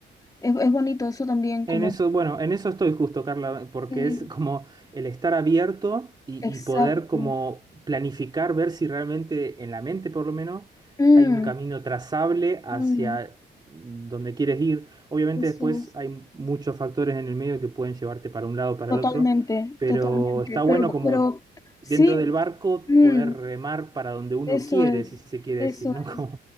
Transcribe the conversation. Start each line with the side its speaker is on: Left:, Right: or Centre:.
Left: Es, es bonito eso también, como...
Right: En eso, bueno, en eso estoy justo, Carla, porque
Left: Sí,
Right: es como el estar abierto y,
Left: exacto.
Right: y poder como planificar, ver si realmente en la mente por lo menos
Left: Mm,
Right: hay un camino trazable hacia
Left: mm,
Right: donde quieres ir. Obviamente
Left: eso
Right: después
Left: es.
Right: hay muchos factores en el medio que pueden llevarte para un lado o para
Left: Totalmente,
Right: el otro, pero
Left: totalmente.
Right: está bueno
Left: Pero,
Right: como
Left: pero
Right: dentro
Left: sí,
Right: del barco
Left: mm,
Right: poder remar para donde uno
Left: eso
Right: quiere,
Left: es,
Right: si se quiere
Left: eso
Right: decir, ¿no? <laughs>
Left: es.
Right: Como